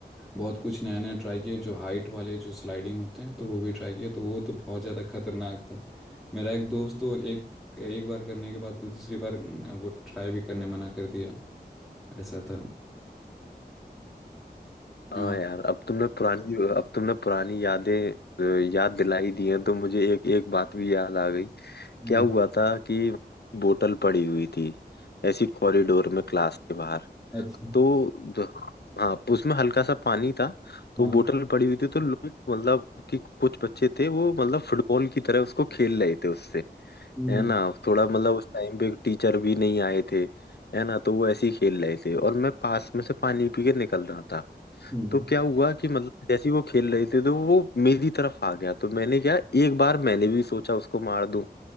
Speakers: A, in the centre; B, on the left.
A: बहुत कुछ नया नया ट्राई किया जो हाइट वाले जो स्लाइडिंग होते हैं तो वो भी ट्राई किया तो वो तो बहुत ज़्यादा खतरनाक था मेरा एक दोस्त तो एक एक बार करने के बाद तो दूसरी बार अ, वो ट्राई भी करने मना कर दिया ऐसा था हाँ
B: हाँ यार अब तुमने पुरानी अब तुमने पुरानी यादें अ, याद दिलाई दी हैं तो मुझे एक एक बात भी याद आ गई
A: हाँ,
B: क्या हुआ था कि बोतल पड़ी हुई थी ऐसी कॉरिडोर में क्लास के बाहर
A: अच्छा
B: तो द- हाँ तो उसमें हल्का सा पानी था तो
A: हाँ
B: बोतल पड़ी हुई थी तो लोग मतलब कि कुछ बच्चे थे वो मतलब फुटबॉल की तरह उसको खेल रहे थे उससे
A: हम्म,
B: है ना थोड़ा मतलब उस टाइम पे टीचर भी नहीं आए थे है ना तो वो ऐसे ही खेल रहे थे और मैं पास में से पानी पी के निकल रहा था
A: हम्म,
B: तो क्या हुआ कि मतलब जैसे ही वो खेल रहे थे तो वो मेरी तरफ आ गया तो मैंने क्या एक बार मैंने भी सोचा उसको मार दूं